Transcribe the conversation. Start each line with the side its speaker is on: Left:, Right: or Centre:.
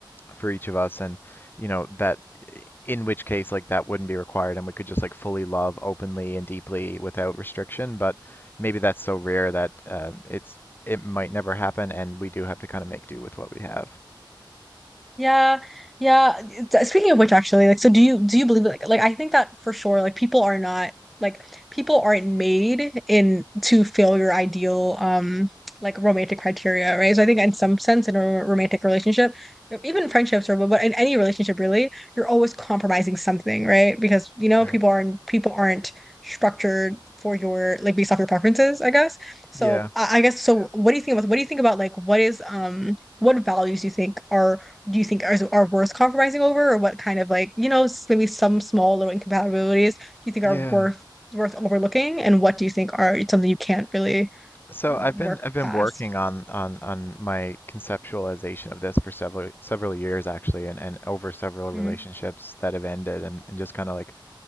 Left: for each of us and you know that in which case like that wouldn't be required and we could just like fully love openly and deeply without restriction but maybe that's so rare that um, it's it might never happen and we do have to kind of make do with what we have
Centre: Yeah, yeah. Th- Speaking of which, actually, like, so do you do you believe like like I think that for sure, like people are not like people aren't made in to fill your ideal um like romantic criteria, right? So I think in some sense, in a ro- romantic relationship, e-, even friendships or but but in any relationship really, you're always compromising something, right? Because you know
Left: right
Centre: people aren't people aren't structured for your like based off your preferences, I guess. So
Left: yeah
Centre: I, I guess so. What do you think about what do you think about like what is um what values do you think are do you think are, are worth compromising over, or what kind of like, you know, s- maybe some small little incompatibilities do you think
Left: yeah
Centre: are worth worth overlooking, and what do you think are something you can't really
Left: so
Centre: work
Left: I've been I've been
Centre: past?
Left: working on on on my conceptualization of this for several several years actually and and over several relationships
Centre: hmm
Left: that have ended and and just kind of like